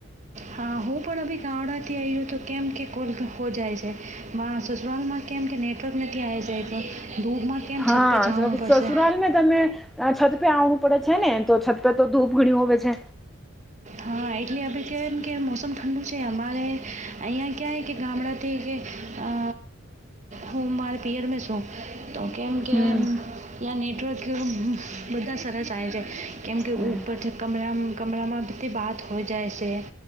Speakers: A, on the right; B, in the centre.
A: હા, હું પણ અભી ગામડાથી આ્યી હુએતો કેમ કે કો હો જાય છે. મા સસુરાલમાં કેમ કે નેટવર્ક નથી આવી જાય તો ધૂપમાં કેમ
B: હા
A: છત પે જાણું
B: સસુરાલ
A: પડશે?
B: મે તમે છત પે આવવું પડે છે ને, તો છત પે તો ધૂપ ગણું હોવે છે.
A: હા, એટલે આપણે કહેવાય એમ કે મોસમ ઠંડુ છે. અમારે અહીંયા ક્યાંય કે ગામડા કે અ હોમ માર પિયર મે છું. તો કેમ કેમ.
B: હમ
A: ્યાં નેટવર્ક બધા સરસાય છે, કેમ કે
B: હમ
A: ઉપરથી કમરા કમરામાં અતિ બાત હો જાય છે,